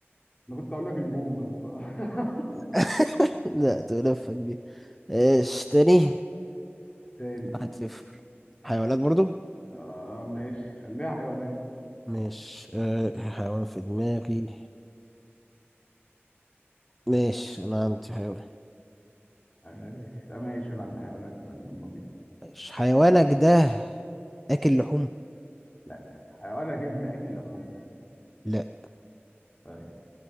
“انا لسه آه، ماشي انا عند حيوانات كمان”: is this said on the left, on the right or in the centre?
Left